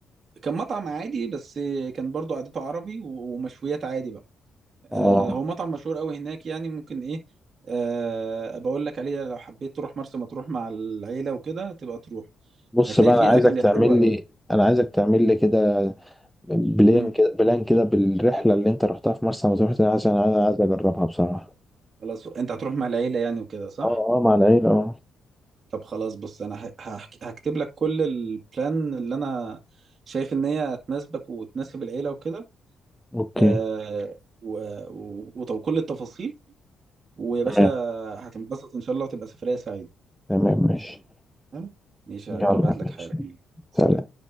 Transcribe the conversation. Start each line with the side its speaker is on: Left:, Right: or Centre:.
Right: كان مطعم عادي بس كان برضه قعدته عربي و- ومشويات عادي بقى آه
Centre: اه
Right: هو مطعم مشهور قوي هناك يعني ممكن ايه آه بقول لك عليه لو حبيت تروح مرسى مطروح مع العيله وكده تبقى تروح
Centre: بص
Right: هتلاقي
Centre: بقى
Right: فيه
Centre: أنا عايزك
Right: اكل
Centre: تعمل
Right: حلو قوي
Centre: لي أنا عايزك تعمل لي كده بلان
Right: امم
Centre: كده بلان كده بالرحلة اللي أنت رحتها في مرسى مطروح دي عشان أنا عايز أجربها بصراحة
Right: خلاص انت هتروح مع العيله يعني وكده صح
Centre: اه اه مع العيلة اه
Right: طب خلاص بص انا ه- هحك- هكتب لك كل البلان اللي انا شايف ان هي تناسبك وتناسب العيله وكده
Centre: أوكي
Right: آه و- و- وط- وكل التفاصيل ويا
Centre: تمام
Right: باشا هتنبسط ان شاء الله وتبقى سفريه سعيده
Centre: تمام ماشي
Right: تمام ماشي
Centre: يلا
Right: هبعت لك
Centre: ماشي
Right: حالا سلام
Centre: سلام